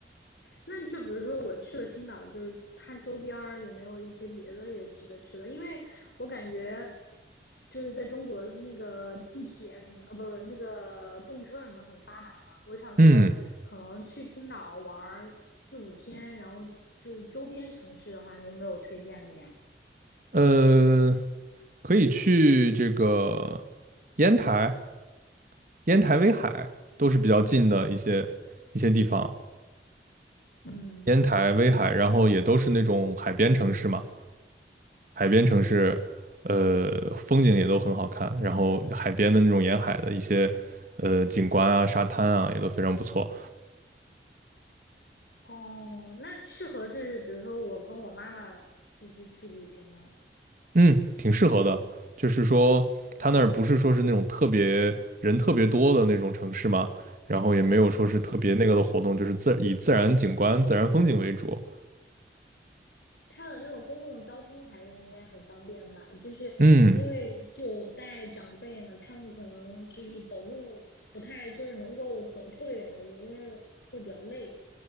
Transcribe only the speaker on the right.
嗯，
呃，可以去这个烟台、烟台、威海，都是比较近的一些一些地方。
烟台、威海，然后也都是那种海边城市嘛，海边城市，呃，风景也都很好看，然后海边的那种沿海的一些，呃，景观啊、沙滩啊，也都非常不错。
嗯，挺适合的。就是说，他那儿不是说是那种特别人特别多的那种城市嘛，然后也没有说是特别那个的活动，
就是自以自然景观、自然风景为主。
嗯，